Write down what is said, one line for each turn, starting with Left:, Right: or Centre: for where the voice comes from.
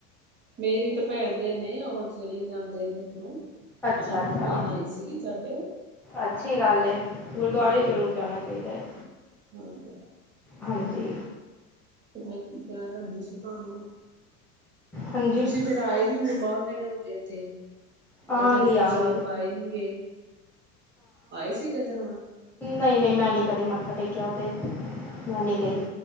Right: ਮੇਰੀ ਤਾਂ ਭੈਣ ਦੇ ਨੇ ਉਹ ਚਲੀ ਜਾਂਦੇ ਨੇ ਇੱਧਰੋਂ।
Centre: ਅੱਛਾ
Right: ਮਤਲਬ
Centre: ਅੱਛਾ
Right: ਹੁਣ ਭੈਣ ਆਈ ਸੀਗੀ ਸਾਡੇ
Centre: ਅੱਛੀ ਗੱਲ ਹੈ ਗੁਰਦੁਆਰੇ
Right: ਹਾਂਜੀ
Centre: ਜ਼ਰੂਰ ਜਾਣਾ ਚ ਚਾਹੀਦਾ ਹੈ
Right: ਹਾਂਜੀ
Centre: ਹਾਂਜੀ
Right: ਤੇ ਮੈਂ ਕੀ ਕਹਿਣ ਲੱਗੀ ਸੀ ਤੁਹਾਨੂੰ,
Centre: ਹਾਂਜੀ
Right: ਤੁਸੀਂ ਫਿਰ ਭਰਾ ਆਏ ਨੀ ਹੈ ਬਾਹਰ ਨੇੜੇ ਹੋ ਗਏ ਇੱਥੇ।
Centre: ਆਵਾਂਗੀ
Right: ਇੱਥੇ ਹਜ਼ੂਰ
Centre: ਆਵਾਂਗੀ
Right: ਸਾਹਿਬ ਆਏ ਨੀ ਗੇ ਆਏ ਸੀ ਕਿਤੇ <unintelligible> ਹੁਣ?
Centre: ਨਹੀਂ-ਨਹੀਂ, ਮੈਂ ਨੀ ਕਦੇ ਮੱਥਾ ਟੇਕਿਆ ਓਦੇ ਮੈਂ ਨਹੀਂ ਗਈ